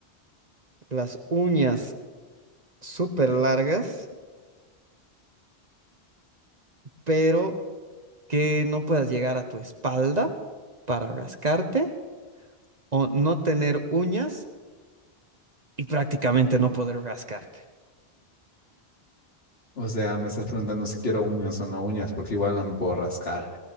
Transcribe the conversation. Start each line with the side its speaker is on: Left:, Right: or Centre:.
Right: las uñas súper largas, pero que no puedas llegar a tu espalda para rascarte o no tener uñas y prácticamente no poder rascarte,
Left: O sea, me estás preguntando si quiero uñas o no uñas, porque igual no me puedo rascar.